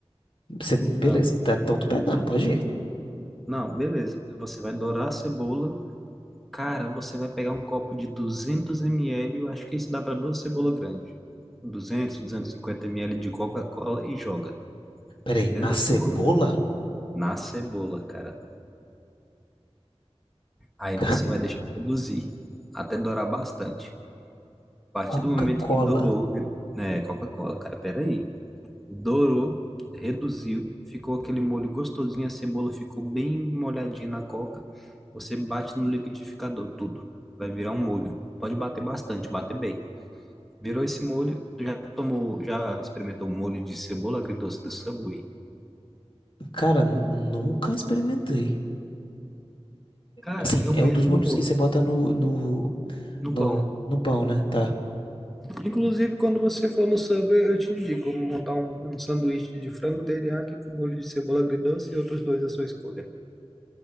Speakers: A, on the left; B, in the centre.
A: ce- Beleza,
B: Ah,
A: tá, então tô pegando, pode ir.
B: não, beleza. Você vai dourar a cebola. Cara, você vai pegar um copo de 200 ml, eu acho que isso dá para duas cebolas grandes. 200, 250 ml de Coca-Cola e joga.
A: Peraí,
B: Dentro
A: na
B: da cebola.
A: cebola?
B: Na cebola, cara. Aí
A: <laughs>
B: você vai deixar reduzir, até dourar bastante. A partir
A: Coca-Cola.
B: do momento que dourou, né, Coca-Cola, cara, peraí. Dourou, reduziu, ficou aquele molho gostosinho, a cebola ficou bem molhadinha na coca. Você bate no liquidificador, tudo. Vai virar um molho. Pode bater bastante, bater bem. Virou esse molho, tu já tomou, já experimentou molho de cebola agridoce do Subway?
A: Cara, nunca experimentei.
B: Cara,
A: Assim,
B: é o
A: é
B: mesmo
A: um dos molhos
B: molho
A: que você bota no, no,
B: no
A: no,
B: pão.
A: no pão, né? Tá.
B: Inclusive, quando você for no Subway, eu te indico montar um, um sanduíche de frango teriyaki com molho de cebola agridoce e outros dois à sua escolha.